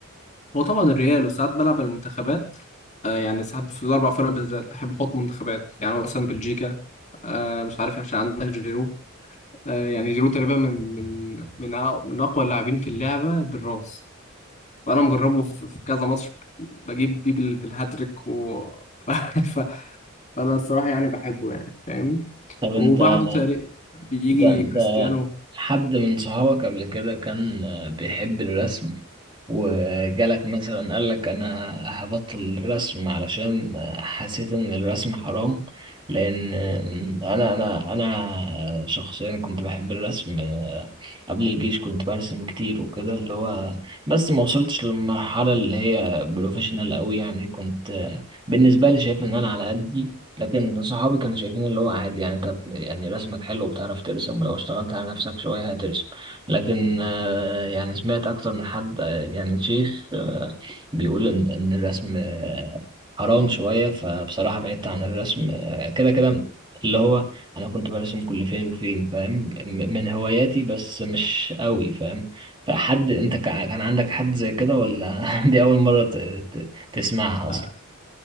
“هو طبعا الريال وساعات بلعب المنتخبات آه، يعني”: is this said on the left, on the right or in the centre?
Left